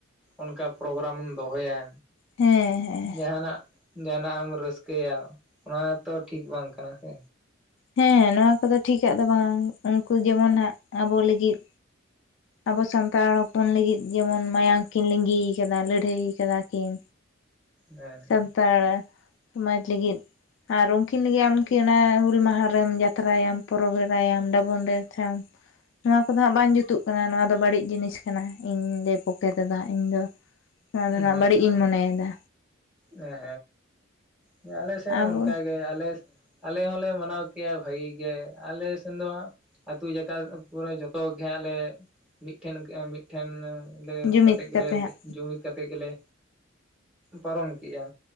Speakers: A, in the centre; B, on the left (about 60°).
A: ᱚᱱᱠᱟ ᱯᱨᱳᱜᱨᱟᱢ ᱮᱢ ᱫᱚᱦᱚᱭᱟ,
B: ᱦᱮᱸ ᱦᱮᱸ
A: ᱡᱟᱦᱱᱟᱜ ᱡᱟᱦᱟᱸᱱᱟᱜ ᱮᱢ ᱨᱟᱹᱥᱠᱟᱹᱭᱟ ᱚᱱᱟ ᱛᱚ ᱴᱷᱤᱠ ᱵᱟᱝ ᱠᱟᱱᱟ ᱥᱮ᱾
B: ᱦᱮᱸ ᱱᱚᱣᱟ ᱠᱚᱫᱚ ᱴᱷᱤᱠᱟᱜ ᱫᱚ ᱵᱟᱝ ᱩᱱᱠᱩ ᱡᱮᱢᱚᱱ ᱦᱟᱸᱜ ᱟᱵᱚ ᱞᱟᱹᱜᱤᱫ, ᱟᱵᱚ ᱥᱟᱱᱛᱟᱲ ᱦᱚᱯᱚᱱ ᱞᱟᱹᱜᱤᱫ ᱡᱮᱢᱚᱱ ᱢᱟᱭᱟᱝ ᱠᱤᱱ ᱞᱤᱸᱜᱤᱭ ᱠᱟᱫᱟ ᱞᱟᱹᱲᱦᱟᱹᱭ ᱠᱟᱫᱟ ᱠᱤᱱ᱾
A: ᱦᱮᱸ
B: ᱥᱟᱱᱛᱟᱲ ᱥᱚᱢᱟᱡᱽ ᱞᱟᱹᱜᱤᱫ, ᱟᱨ ᱩᱱᱠᱤᱱ ᱞᱟᱹᱜᱤᱫᱜ ᱟᱢᱠᱤ ᱚᱱᱟ ᱦᱩᱞ ᱢᱟᱦᱟᱨᱮᱢ ᱡᱟᱛᱨᱟᱭᱟᱢ ᱯᱚᱨᱚᱵᱽ ᱮᱨᱟᱭᱟᱢ ᱰᱟᱵᱩᱝ ᱰᱮᱱᱥ ᱟᱢ? ᱱᱚᱣᱟ ᱠᱚᱫᱚ ᱦᱟᱸᱜ ᱵᱟᱝ ᱡᱩᱛᱩᱜ ᱠᱟᱱᱟ ᱱᱚᱣᱟ ᱫᱚ ᱵᱟᱹᱲᱤᱡ ᱡᱤᱱᱤᱥ ᱠᱟᱱᱟ ᱤᱧ ᱞᱮ ᱯᱚᱠᱚᱠᱮ ᱛᱮᱫᱟ ᱤᱧ ᱫᱚ, ᱱᱚᱣᱟ
A: ᱦᱮᱸ
B: ᱫᱚ ᱱᱟᱜ
A: ᱦᱮᱸ
B: ᱵᱟᱹᱲᱤᱡ
A: ᱦᱮᱸ
B: ᱤᱧ ᱢᱚᱱᱮᱭᱮᱫᱟ᱾
A: ᱦᱮᱸ ᱦᱮᱸ ᱟᱞᱮ ᱥᱮᱫ
B: ᱟᱵᱚ
A: ᱦᱚᱸ ᱚᱱᱠᱟᱜᱮ, ᱟᱞᱮ ᱟᱞᱮ ᱦᱚᱸᱞᱮ ᱢᱟᱱᱟᱣ ᱠᱮᱭᱟ ᱵᱷᱟᱹᱜᱤ ᱜᱮ ᱟᱞᱮ ᱥᱮᱱ ᱫᱚ, ᱟᱹᱛᱩ ᱡᱟᱠᱟ ᱠᱚᱨᱮ ᱡᱚᱛᱚᱜ ᱜᱮᱦᱟᱸᱜ ᱞᱮ ᱢᱤᱫᱴᱷᱮᱱ ᱢᱤᱫ ᱴᱷᱮᱱ ᱞᱮ
B: ᱡᱩᱢᱤᱫ
A: ᱠᱟᱛᱮᱫ ᱜᱮᱞᱮ
B: ᱠᱟᱛᱮ ᱦᱟᱸᱜ
A: ᱡᱩᱢᱤᱫ ᱠᱟᱛᱮᱫ ᱜᱮᱞᱮ ᱯᱟᱨᱚᱢ ᱠᱤᱜᱼᱟ,